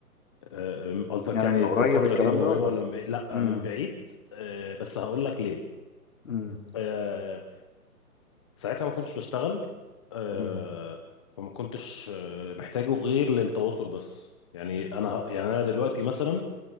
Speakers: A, on the left; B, on the left.
A: آه، قصدك
B: يعني
A: يعني
B: من
A: الفتره
B: قريب الكلام
A: دي من
B: ده
A: قريبه
B: ولا
A: ولا من بعيد لا
B: امم
A: من بعيد آه، بس هقول لك ليه
B: امم
A: آه، ساعتها ما كنتش بشتغل آه،
B: امم
A: فما كنتش آه، محتاجه غير للتواصل بس يعني انا ه- يعني انا دلوقتي مثلا